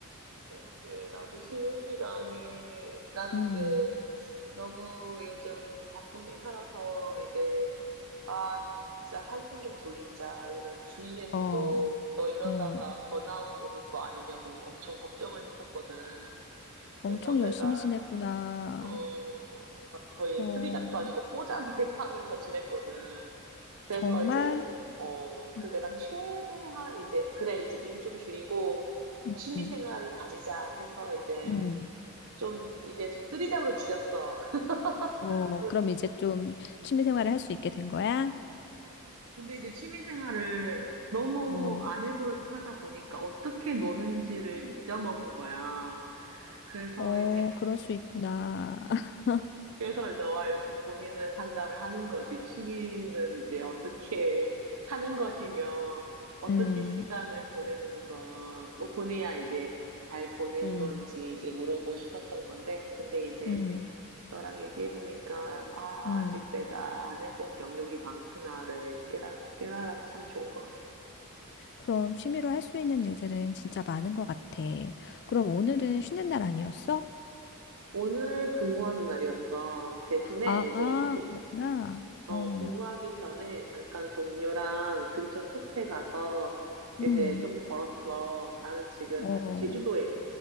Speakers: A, on the right (about 75°); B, on the left (about 50°).
A: 그러게, 나도 쉬는 시간이, 나는
B: 음,
A: 이제 너무 요즘 바쁘게 살아서 이제, 아, 진짜 한숨 좀 돌리자. 왜냐면 주위에서도
B: 어,
A: 너 이러다가
B: 어,
A: 번아웃 오는 거 아니냐고 엄청 걱정을 했었거든. 그래서
B: 엄청
A: 내가
B: 열심히 지냈구나.
A: 어, 막 거의
B: 어,
A: 쓰리잡도 아니고 포잡을 <laughs> 하면서 지냈거든. 그래서
B: 정말?
A: 이제, 어, 그
B: 음,
A: 내가 최대한 이제, 그래, 이제 일 좀 줄이고
B: 음,
A: 취미 생활을 가지자 해서 이제
B: 음.
A: 좀, 이제 좀 쓰리잡으로 줄였어.
B: 어,
A: <laughs>
B: 그럼 이제 좀 취미 생활을 할 수 있게 된 거야?
A: 어, 근데 이제 취미 생활을 너무
B: 어,
A: 안 해버릇 하다 보니까 어떻게 노는지를 잊어먹은 거야. 그래서
B: 어,
A: 이제
B: 그럴 수 있구나. <laughs>
A: 그래서 너와 이렇게 고민을 상담을 하는 거지. 취미는 이제 어떻게 하는 것이며, 어떻게
B: 음,
A: 시간을 보내는 거, 뭐 보내야 이제 잘 보낸
B: 음,
A: 건지 이제 물어보고 싶었던 건데, 근데 이제
B: 음,
A: 너랑 얘기해보니까, 아,
B: 음.
A: 아직 내가 안 해본 영역이 많구나를 깨달, 깨달아서 참 좋은 것 같아.
B: 그럼 취미로 할 수 있는 일들은 진짜 많은 것 같아. 그럼 오늘은 쉬는 날 아니었어?
A: 오늘 근무하는 날이었어. 그 대신에
B: 아,
A: 이제
B: 그렇구나.
A: 어,
B: 어,
A: 근무하기 전에 잠깐 동료랑 근처 숲에 가서 이제
B: 음,
A: 좀 걸었어. 나는 지금
B: 어.
A: 사실 제주도에